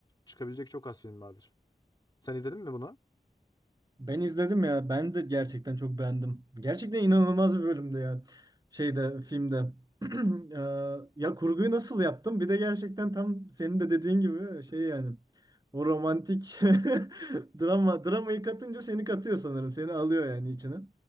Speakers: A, on the left; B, on the right.
A: çıkabilecek çok az film vardır. Sen izledin mi bunu?
B: ben izledim ya. Ben de gerçekten çok beğendim. Gerçekten inanılmaz bir bölümdü ya. Şeyde filmde. <clears throat> Ee, ya kurguyu nasıl yaptım? Bir de gerçekten tam senin de dediğin gibi şey yani. O romantik <laughs> drama dramayı katınca seni katıyor sanırım. Seni alıyor yani içine